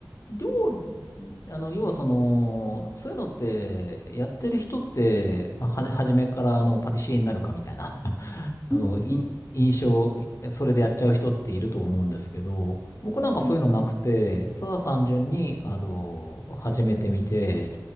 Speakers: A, on the left (about 45°); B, in the centre.
A: 料理、あの、要はその、そういうのって、やってる人って、は、初めからあの、パティシエになるかみたいなあの、
B: うんうん
A: い、印象、それでやっちゃう人っていると思うんですけど、僕なんかそういうのなくて、
B: うん
A: ただ単純に、あの、始めてみて、